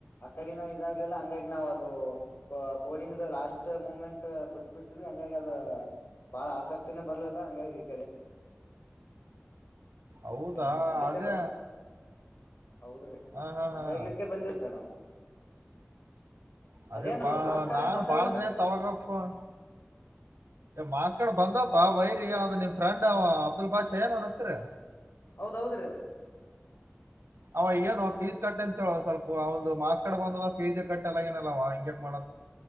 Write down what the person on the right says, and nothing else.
ಹೌದಾ
ಅದೇ
ಹಾ ಹಾ
ಹಾ
ಅದೇ
ಬಾ
ನಾನ್
ಬಾಳ್ದನೇ
ಅವಾಗ ಫೋನ್ ಮಾಸ್ ಕಡೆ ಬಂದಪ್ಪಾ ವೈರಿ ಅದ ನಿಮ್ ಫ್ರೆಂಡ್ ಅಬ್ದುಲ್ ಬಾಷಾ ಏನ್ ಅವನು ಹೆಸರು
ಅವ ಎನೂ ಫೀಸ್ ಕಟ್ಟ ಅಂತೇಳ ಸ್ವಲ್ಪ ಒಂದು ಮಾಸ್ ಕಡ ಬಂದದ ಫೀಸ್ ಕಟ್ಟ ಎಲ್ಲ ಏನಲ್ಲವ ಹಿಂಗಗೆಕ್ ಮಾಡ